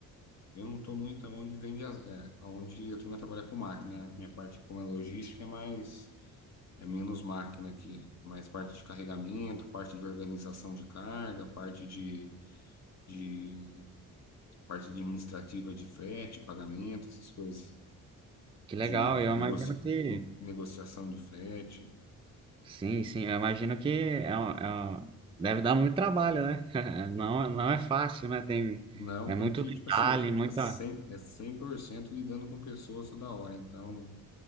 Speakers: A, on the left; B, on the right.
A: eu não tô muito aonde vende as, é, aonde a turma trabalha com máquina. né? Minha parte como é logística é mais, é menos máquina aqui, mais parte de carregamento, parte de organização de carga, parte de, de parte administrativa de frete, pagamento, essas coisas.
B: Que
A: de
B: legal, eu
A: negocia
B: imagino que...
A: negociação de frete.
B: Sim, sim, eu imagino que é, um- é um- deve dar muito trabalho, né? <laughs> Não, não é fácil, né? Tem,
A: Não,
B: é
A: porque,
B: muito detalhe,
A: tipo assim, é,
B: muita...
A: é cem é 100% lidando com pessoas toda hora. Então,